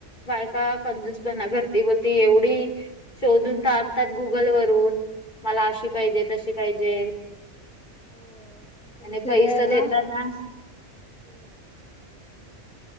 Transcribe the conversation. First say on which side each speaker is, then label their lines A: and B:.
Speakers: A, on the left; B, in the centre.
A: बायका कंजूसपणा करती बोलती, एवढी शोधून तर आणतात गुगल वरून. मला अशी पाहिजे
B: तेच
A: तशी पाहिजे.
B: हो पैसे
A: आणि पैसं
B: द्यायला
A: देताना
B: तेच